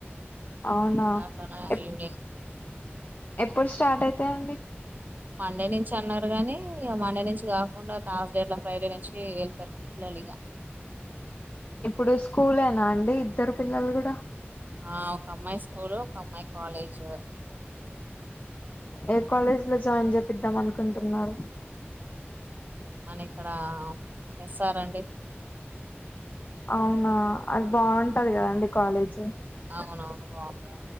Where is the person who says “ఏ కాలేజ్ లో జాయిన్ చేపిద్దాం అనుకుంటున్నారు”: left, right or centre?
Left